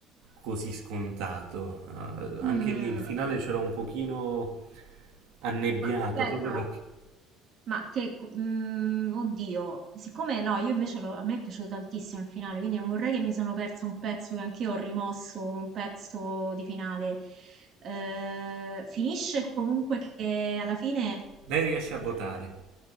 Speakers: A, on the right; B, on the right.
A: così scontato. Eh, anche
B: Mh.
A: lì il finale ce l'ho un pochino annebbiato,
B: Ma aspetta.
A: proprio perché
B: Ma che co mhmm, oddio, siccome no, io invece lo a me è piaciuto tantissimo il finale, quindi non vorrei che mi sono persa un pezzo che anch'io ho rimosso, un pezzo di finale. Ehm, finisce comunque che alla fine,
A: lei riesce a votare.
B: ehm